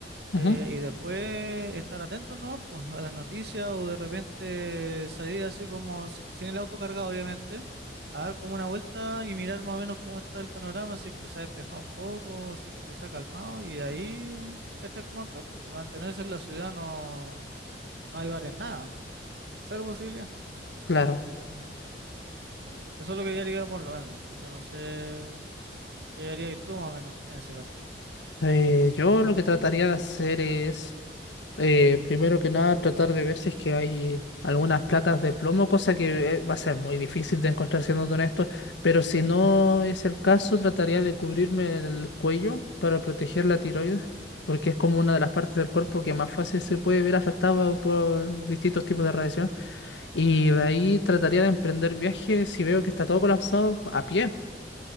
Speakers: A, on the right; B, on the left.
A: Eh,
B: Ujú,
A: y después estar atentos, ¿no? Pues a las noticias o de repente salir así como s- sin el auto cargado, obviamente, a dar como una vuelta y mirar más o menos cómo está el panorama, si es que se ha despejado un poco, si es que se ha calmado y de ahí cachar como actor, porque mantenerse en la ciudad no, no hay varias nada, cero posibilidad.
B: Claro.
A: Eso es lo que yo haría por lo menos. Yo no sé qué harías tú más o menos en ese caso.
B: Eh, yo lo que trataría de hacer es... Eh, primero que nada, tratar de ver si es que hay algunas placas de plomo, cosa que eh, va a ser muy difícil de encontrar siendo honesto, pero si no es el caso, trataría de cubrirme el cuello para proteger la tiroides, porque es como una de las partes del cuerpo que más fácil se puede ver afectada por distintos tipos de radiación. Y de ahí trataría de emprender viajes si veo que está todo colapsado a pie